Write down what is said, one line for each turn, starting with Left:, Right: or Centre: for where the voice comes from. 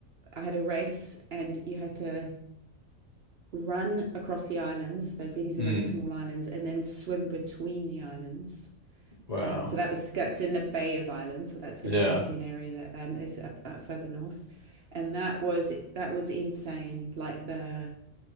Right: I had a race and you had to run across the islands. They're really, these
Left: mm,
Right: are very small islands, and then swim between the islands.
Left: wow,
Right: Um, so that was that's in the Bay of Islands. So that's
Left: yeah.
Right: an obviously an area that um, is up, up further north, and that was that was insane. Like the